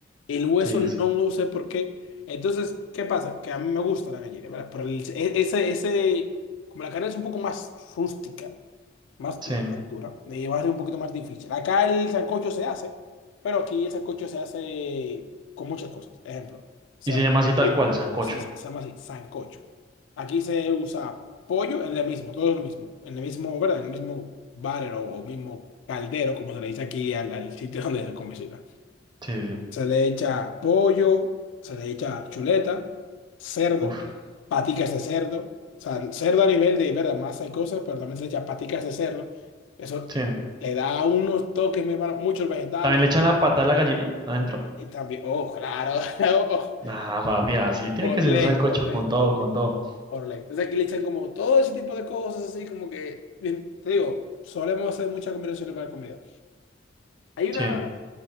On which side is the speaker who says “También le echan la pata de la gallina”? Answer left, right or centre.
Right